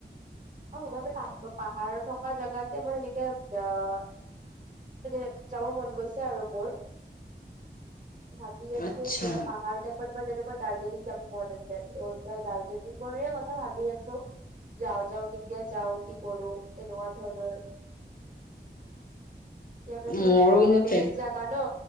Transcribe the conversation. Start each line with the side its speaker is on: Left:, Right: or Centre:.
Right: অ মই মানে পাহাৰ থকা জোগাতে মই এনেকে অ- মানে যাব মন গৈছে আৰু মোৰ। ভাবি আছো
Left: আচ্ছা।
Right: যে পাহাৰ টাইপৰ তোমাৰ যেনেকুৱা দাৰ্জিলিং যাব মন আছে ত- তই দাৰ্জিলিঙৰে কথা ভাবি আছো। যাওঁ, যাওঁ কেতিয়া যাওঁ কি কৰ়ো তেনেকুৱা ধৰণৰ। এতিয়া মানে
Left: মোৰো কিন্তু
Right: বেলেগ
Left: তে
Right: জাগা ন,